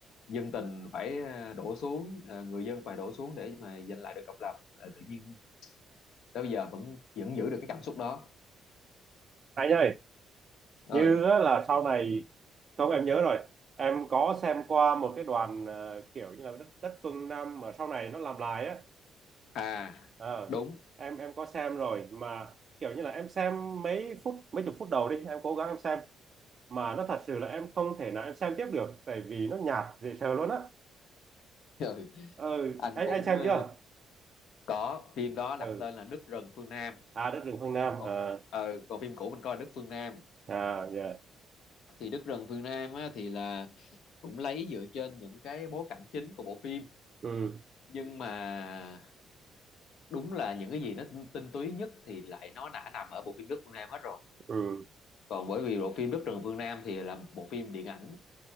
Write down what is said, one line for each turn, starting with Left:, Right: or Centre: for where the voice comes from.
Left: dân tình phải ờ, đổ xuống ờ, người dân phải đổ xuống để mà giành lại được độc lập Ờ, tự nhiên tới bây giờ vẫn vẫn giữ được cái cảm xúc đó
Right: anh ơi
Left: ơi
Right: như á là sau này không em nhớ rồi em có xem qua một cái đoàn ờ, kiểu như là đất, đất phương Nam mà sau này nó làm lại á
Left: à
Right: Ờ,
Left: đúng
Right: em em có xem rồi mà kiểu như là em xem mấy phút mấy chục phút đầu đi em cố gắng em xem mà nó thật sự là em không thể nào em xem tiếp được tại vì nó nhạt dễ sợ luôn á
Left: <laughs> ừ.
Right: ừ
Left: anh
Right: anh
Left: cũng
Right: anh xem
Left: ờ,
Right: chưa
Left: có phim đó đặt
Right: ừ
Left: tên là Đất rừng phương Nam
Right: à đất rừng phương Nam
Left: còn
Right: à
Left: ờ, còn phim cũ mình coi là Đất phương Nam
Right: à dạ
Left: thì Đất rừng phương Nam á, thì là cũng lấy dựa trên những cái bối cảnh chính của bộ phim
Right: ừ
Left: nhưng mà đúng là những cái gì nó tinh túy nhất thì lại nó đã nằm ở bộ phim Đất phương Nam hết rồi
Right: ừ
Left: còn bởi vì bộ phim Đất rừng phương Nam thì là bộ phim điện ảnh